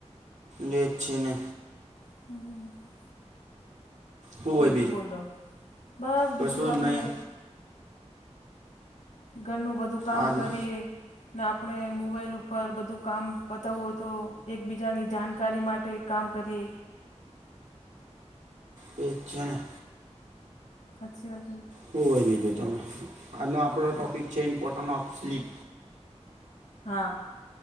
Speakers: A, on the right; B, on the left.
A: જે અચ્છેને.
B: <unintelligible>
A: શું હોય
B: બીજું બોલો બસ
A: કશું
B: બીજું આપણે.
A: જ નહીં
B: ઘરનું બધું કામ
A: આજનો
B: કરીએ. ને આપણે મોબાઈલ ઉપર બધું કામ પતાવવું તો એકબીજાની જાણકારી માટે. કામ કરએ.
A: એ છેને.
B: સાચછી.
A: શું હોય બીજું તમે આજનો આપણો ટૉપિક છે ઇમ્પોર્ટન્ટ ઓફ સ્લીપ.
B: હા.